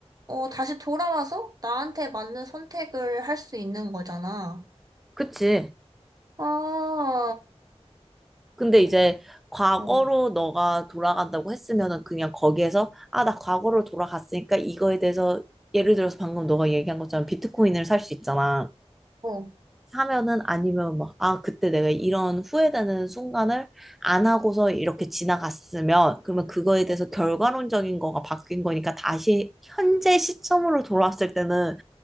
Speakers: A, on the right (about 35°); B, in the centre.
A: 어, 다시 돌아와서 나한테 맞는 선택을 할 수 있는 거잖아.
B: 그치.
A: 아,
B: 근데 이제 과거로
A: 어,
B: 너가 돌아간다고 했으면은 그냥 거기에서 아, 나 과거로 돌아갔으니까 이거에 대해서 예를 들어서 방금 너가 얘기한 것처럼 비트코인을 살 수 있잖아.
A: 어.
B: 사면은 아니면 막, 아, 그때 내가 이런 후회되는 순간을 안 하고서 이렇게 지나갔으면, 그러면 그거에 대해서
A: 어.
B: 결과론적인 거가 바뀐 거니까 다시 현재 시점으로 돌아왔을 때는